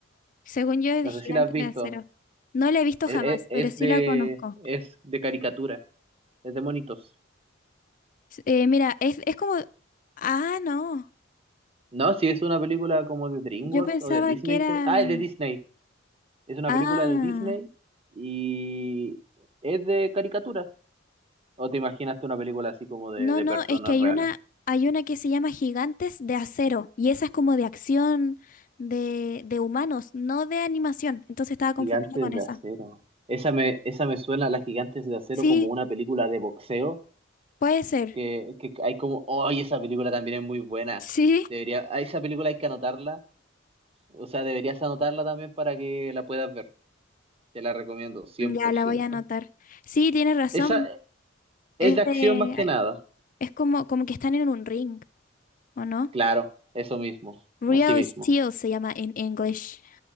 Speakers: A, on the left; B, on the right.
A: Según yo, es de
B: No
A: Gigante
B: sé si la has
A: de
B: visto.
A: Acero. No la he visto jamás,
B: E- e- Es,
A: pero sí
B: de,
A: la conozco.
B: es de caricatura, es de monitos.
A: S- eh, mira, es, es como... Ah, no.
B: No, si es una película como de DreamWorks
A: Yo pensaba
B: o de Disney.
A: que era...
B: que- Ah, es de Disney. Es una
A: Ah,
B: película de Disney y es de caricaturas. ¿O te imaginaste una película así como de,
A: no,
B: de
A: no,
B: personas
A: es que hay
B: reales?
A: una, hay una que se llama Gigantes de Acero y esa es como de acción de, de humanos, no de animación. Entonces estaba confundida
B: Gigantes
A: con esa.
B: de acero. Esa me, esa me suena a las Gigantes de Acero
A: Sí,
B: como una película de boxeo
A: puede ser.
B: que, que hay como, ¡ay, esa película también es muy buena!
A: Sí,
B: Debería, a esa película hay que anotarla, o sea, deberías anotarla también para que la puedas ver. Te la recomiendo, cien
A: ya
B: por
A: la
B: ciento
A: voy a anotar. Sí, tienes razón.
B: Esa es
A: Es
B: de acción
A: de,
B: más que nada.
A: es como, como que están en un ring, ¿o no?
B: Claro, eso mismo,
A: Real
B: así mismo.
A: Steel se llama en English.